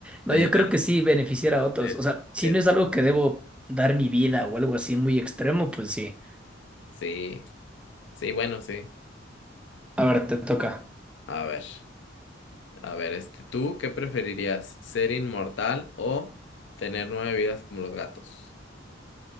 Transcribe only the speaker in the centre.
No,
yo creo que sí beneficiar a otros.
O sea, si
no es algo que debo dar mi vida o algo así muy extremo, pues sí.
A ver, te toca.